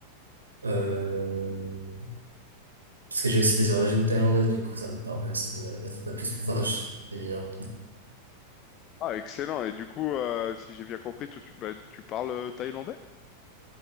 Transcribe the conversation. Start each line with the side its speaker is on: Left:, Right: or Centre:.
Right: Euh, parce que j'ai aussi des origines thaïlandaises, du coup, ça me permet aussi de- d'être un peu plus proche des miens,
Left: Ah excellent. Et du coup, euh, si j'ai bien compris, toi, tu, bah, tu parles euh, thaïlandais?